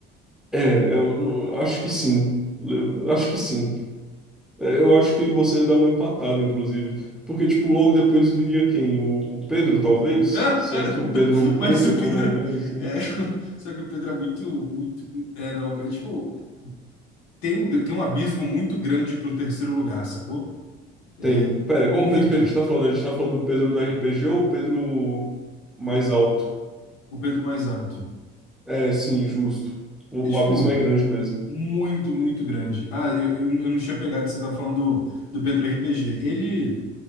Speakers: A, in the centre; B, on the left (about 85°).
A: É, eu não- acho que sim. Le- Acho que sim. Eh, Eu acho que você dá uma empatada, inclusive. Porque, tipo, logo depois viria quem? O, o Pedro, talvez?
B: <laughs>
A: Se é que o Pedro conta
B: Mas o
A: como
B: Pedro.
A: alguém, assim.
B: é, <laughs> só que o Pedro é muito, muito. É, não. É tipo, tem um, tem um abismo muito grande pro terceiro lugar, sacou? É
A: Tem. Pera, qual
B: muito
A: o Pedro que a gente tá falando? A gente tá falando do Pedro do RPG ou o Pedro mais alto?
B: o Pedro mais alto.
A: É, sim, justo. O,
B: É tipo,
A: o abismo é grande mesmo.
B: muito, muito grande. Ah, eu, eu, eu não tinha pegado, você tava falando do, do Pedro RPG. Ele.